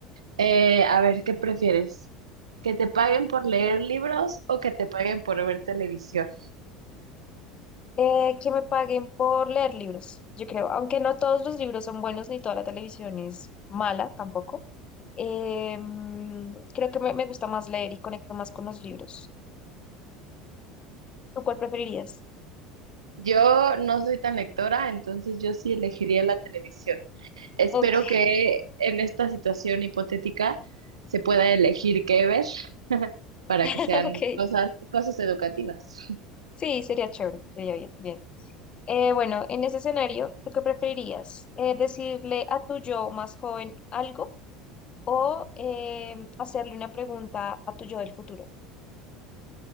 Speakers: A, on the right (about 80°); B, on the left (about 35°).
A: Eh, a ver, ¿qué prefieres? ¿Que te paguen por leer libros o que te paguen por ver televisión?
B: Eh, que me paguen por leer libros, yo creo, aunque no todos los libros son buenos ni toda la televisión es mala tampoco. Eh, mm, creo que me, me gusta más leer y conecto más con los libros. ¿Tú cuál preferirías?
A: Yo no soy tan lectora, entonces yo sí elegiría la televisión. Espero
B: Ok,
A: que en esta situación hipotética se pueda elegir qué ver <laughs> para
B: <laughs>
A: que sean
B: ok.
A: cosas, cosas educativas. <laughs>
B: Sí, sería chévere, sería bien, bien. Eh, bueno, en ese escenario, ¿tú qué preferirías? Eh, ¿decirle a tu yo más joven algo o eh, hacerle una pregunta a tu yo del futuro?